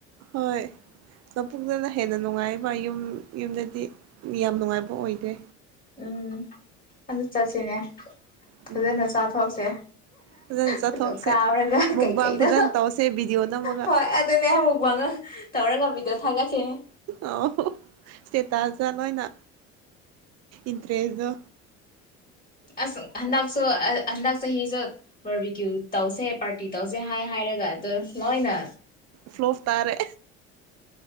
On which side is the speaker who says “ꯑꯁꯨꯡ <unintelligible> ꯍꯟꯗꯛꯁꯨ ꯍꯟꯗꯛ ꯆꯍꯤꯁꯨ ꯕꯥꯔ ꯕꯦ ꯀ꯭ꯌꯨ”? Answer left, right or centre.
Left